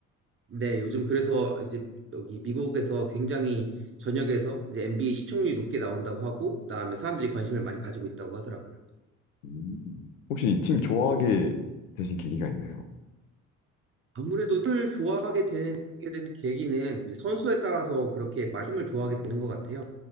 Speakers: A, on the right (about 30°); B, on the left (about 90°).
A: 네, 요즘 그래서 이제 여기 미국에서 굉장히 전역에서 이제 NBA 시청률이 높게 나온다고 하고 그다음에 사람들이 관심을 많이 가지고 있다고 하더라고요.
B: 음. 혹시 이 팀 좋아하게 되신 계기가 있나요?
A: 아무래도 팀을 좋아하게 되는 되 계기는 이제 선수에 따라서 그렇게 많이 팀을 좋아하게 되는 것 같아요.